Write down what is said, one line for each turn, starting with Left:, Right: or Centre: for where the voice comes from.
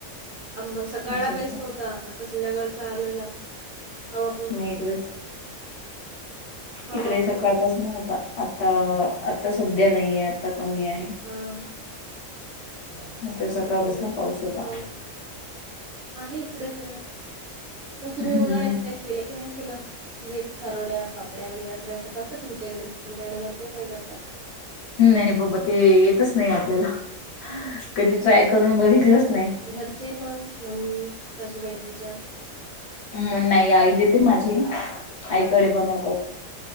Right: अंब सकाळला
Left: अच्छा अच्छा
Right: काहीच नव्हता आता संध्याकाळचा आलेला. हवा पण
Left: नाही
Right: खूप
Left: इकडेच
Right: आहे. हवा
Left: इकडे
Right: पण
Left: सकाळपास
Right: आहे.
Left: न्हता आ. आ आता सध्या नाही आहे आता कमी आहे.
Right: हां
Left: नाहीतर सकाळपासून
Right: आता नाही
Left: होता
Right: पाऊस आहे इकडे पण आहे. मग तुम्ही
Left: हम्म
Right: उन्हाळ्याच काय के की नाही केलं म्हणजे खरोड्या पापड्या वगैरे सगळ्या. बघ का तुमच्याकडे आमच्याकडे भरपूर काय करतात.
Left: नाही बाबा ते येतच नाही आपल्याला कधी ट्राय करून बघितलंच नाही.
Right: घरचे मग मम्मी सासूबाई तुमच्या?
Left: मग नाही आई देते माझी
Right: हा
Left: आईकडे बनवतात